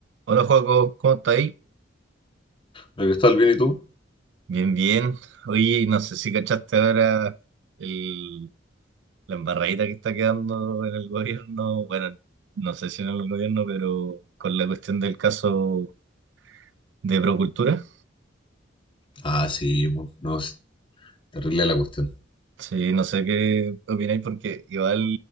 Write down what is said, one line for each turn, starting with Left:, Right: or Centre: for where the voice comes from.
Right: Hola, Joaco, ¿cómo estás ahí?
Left: ¿Me gustó el bien y tú?
Right: Bien, bien. Oye, no sé si cachaste ahora el- la embarradita que está quedando en el gobierno. Bueno, no sé si en el gobierno, pero con la cuestión del caso de Procultura.
Left: Ah, sí, po, no, es terrible la cuestión.
Right: Sí, no sé qué opináis porque igual